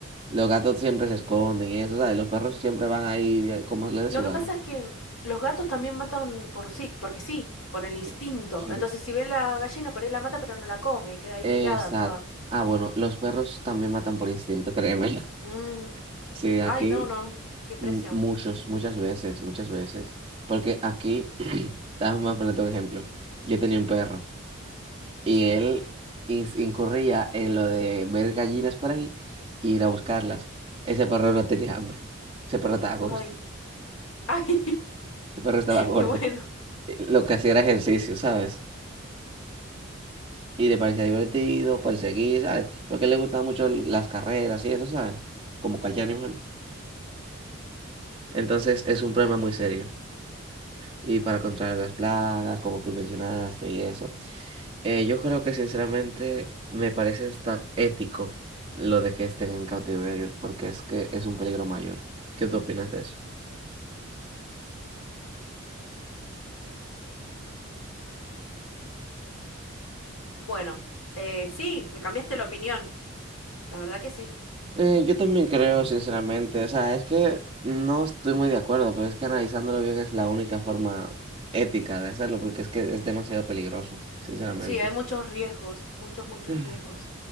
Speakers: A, on the right (about 25°); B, on the left (about 85°).
A: Los gatos siempre se esconden y eso, ¿sabes? Los perros siempre van ahí eh, como les dé
B: Lo
A: su
B: que
A: gana.
B: pasa es que mm, los gatos también matan por sí, porque sí, por el instinto.
A: Sí, sí.
B: Entonces, si ve la gallina, por ahí la mata, pero no la come y queda ahí
A: Exacto.
B: tirada toda.
A: Ah, bueno, los perros también matan por instinto, créeme. <laughs>
B: Mm,
A: Sí, aquí.
B: Ay, no, no. Qué impresión.
A: Mm, Muchos, muchas veces, muchas veces. Porque aquí, <clears throat> déjame ponerte un ejemplo. Yo tenía un perro y
B: Sí.
A: él ins- incurría en lo de ver gallinas por ahí e ir a buscarlas. Ese perro no tenía hambre. Ese perro estaba gordo.
B: Ay, <laughs> ay.
A: Ese perro estaba gordo.
B: Y bueno.
A: Eh, Lo que hacía era ejercicio, ¿sabes? Y le parecía divertido, perseguir, ¿sabes? Porque le gustaban mucho l- las carreras y eso, ¿sabes? Como cualquier animal. Entonces es un problema muy serio. Y para controlar las plagas, como tú mencionaste y eso. Eh, yo creo que sinceramente me parece hasta ético lo de que estén en cautiverio, porque es que es un peligro mayor. ¿Qué tú opinas de eso?
B: Bueno, eh, sí, me cambiaste la opinión. La verdad que sí.
A: Eh, yo también creo, sinceramente, o sea, es que no estoy muy de acuerdo, pero es que analizándolo bien es la única forma ética de hacerlo, porque es que es demasiado peligroso, sinceramente.
B: Sí, hay muchos riesgos, muchos, muchos
A: <sighs>
B: riesgos.